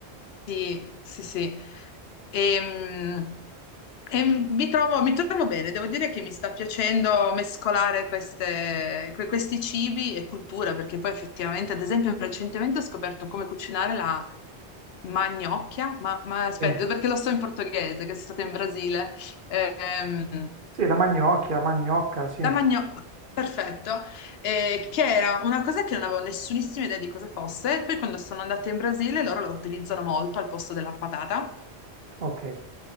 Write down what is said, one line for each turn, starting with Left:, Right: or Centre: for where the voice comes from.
Left: Sì, sì, sì. E, e mi trovo, mi trovo bene, devo dire che mi sta piacendo mescolare queste- que- questi cibi e cultura, perché poi effettivamente, ad esempio, recentemente ho scoperto come cucinare la magnocchia, ma, ma aspetta,
Right: sì.
Left: perché lo so in portoghese, che sono stata in Brasile. Ehm,
Right: Sì, la magnocchia, magnocca, sì.
Left: la magnocchia, perfetto, eh, che era una cosa che non avevo nessunissima idea di cosa fosse, e poi quando sono andata in Brasile loro la utilizzano molto al posto della patata.
Right: Ok.